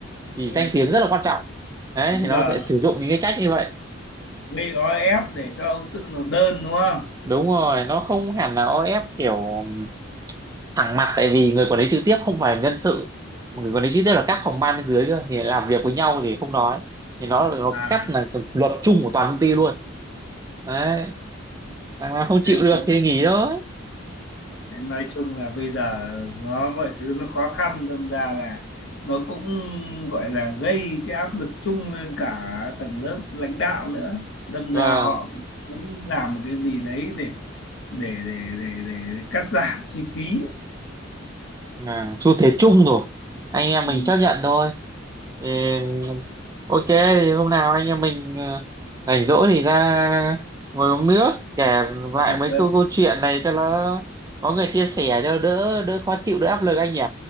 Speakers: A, on the right; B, on the left.
A: thì
B: Ừ.
A: danh tiếng rất là quan trọng đấy
B: đúng
A: thì nó
B: là
A: sẽ sử dụng những cái cách như vậy
B: gây o ép để cho ông tự nộp đơn đúng không
A: đúng rồi nó không hẳn là o ép kiểu ừm, thẳng mặt tại vì người quản lý trực tiếp không phải nhân sự mà người quản lý trực tiếp là các phòng ban bên dưới cơ thì làm việc với nhau thì không nói thì nó nó
B: à
A: cắt là luật chung của toàn công ty luôn đấy thằng nào không chịu
B: thế thì
A: được
B: cũng
A: thì nghỉ thôi
B: <laughs> nói chung là bây giờ nó mọi thứ nó khó khăn đâm ra là nó cũng gọi là gây cái áp lực chung lên cả tầng lớp lãnh đạo nữa đâm
A: vâng
B: ra họ muốn làm một cái gì đấy để để để để, để cắt giảm chi phí ấy.
A: à, xu thế chung rồi anh em
B: ừ.
A: mình chấp nhận thôi thì ok thì hôm nào anh em mình ờ, rảnh rỗi thì ra ngồi uống nước kể lại
B: Đấy.
A: mấy câu câu chuyện này cho nó có người chia sẻ cho đỡ đỡ khó chịu đỡ áp lực anh nhỉ